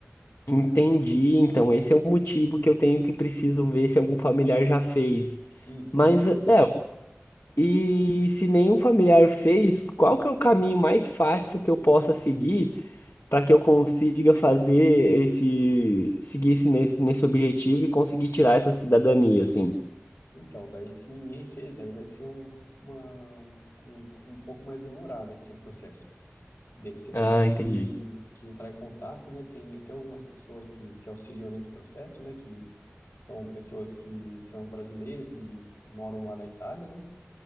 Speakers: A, on the left; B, on the left.
A: entendi. Então esse é o motivo que eu tenho que preciso ver se algum familiar já fez.
B: Isso,
A: Mas
B: é, se tiver.
A: é, E se nenhum familiar fez, qual que é o caminho mais fácil que eu possa seguir para que eu consiga fazer esse, seguir esse, nesse, nesse objetivo e conseguir tirar essa cidadania, assim?
B: Então, daí se ninguém fez, aí vai ser um, uma, um, um um pouco mais demorado assim, o processo. Daí você vai
A: Ah,
B: ter que,
A: entendi.
B: que entrar em contato, né? Tem até algumas pessoas que, que auxiliam nesse processo, né? Que são pessoas que são brasileiros e moram lá na Itália, né?